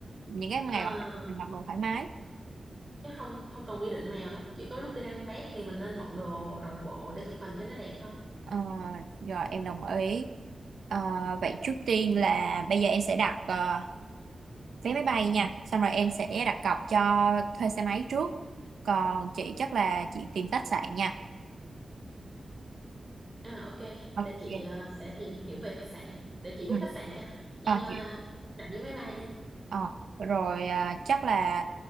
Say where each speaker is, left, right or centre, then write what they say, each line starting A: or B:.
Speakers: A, on the right (about 90°); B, on the right (about 15°).
A: những cái ngày
B: À,
A: còn lại mình mặc đồ thoải mái
B: chứ không không cần quy định màu đâu chỉ có lúc đi đăng bác thì mình nên bận đồ đồng bộ để chụp hình cho nó đẹp thôi
A: Ờ, rồi em đồng ý Ờ, vậy trước tiên là bây giờ em sẽ đặt ờ, vé máy bay nha xong rồi em sẽ đặt cọc cho thuê xe máy trước còn chị chắc là chị tìm khách sạn nha
B: à, ok
A: ok
B: để chị ờ, sẽ tìm hiểu về khách sạn để chị book
A: ừ.
B: khách sạn cho em
A: Ờ,
B: ờ,
A: chị
B: đặt vé máy bay đi
A: Ờ,
B: ừ.
A: rồi à, chắc là